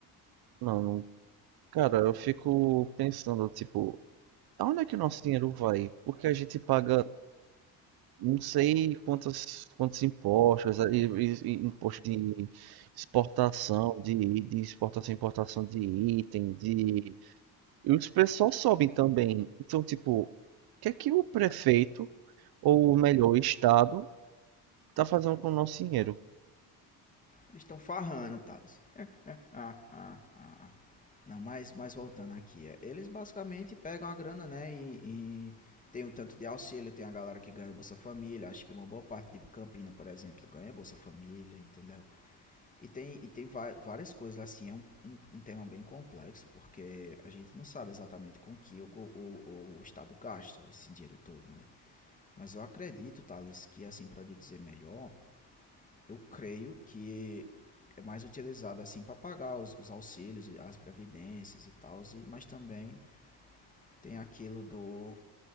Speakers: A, on the right; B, on the left.
A: Não, não. Cara, eu fico pensando, tipo, aonde é que o nosso dinheiro vai? Porque a gente paga não sei quantos, quantos impostos, e, e- e imposto de exportação, de, de exportação e importação de item, de. E os preços só sobem também. Então, tipo, o que é que o prefeito, ou melhor, o Estado, tá fazendo com o nosso dinheiro?
B: Eles estão farrando, Thales. Ah, ah. Não, mas, mas voltando aqui. é, Eles basicamente pegam a grana, né? E, e tem o tanto de auxílio, tem a galera que ganha Bolsa Família. Acho que uma boa parte de Campina, por exemplo, ganha Bolsa Família, entendeu? E tem, e tem várias coisas assim. É um, um, um, tema bem complexo, porque a gente não sabe exatamente com que o, o, o Estado gasta esse dinheiro todo, né? Mas eu acredito, Thales, que assim, para dizer melhor, eu creio que é mais utilizado assim para pagar os, os auxílios, as previdências e tal, mas também tem aquilo do.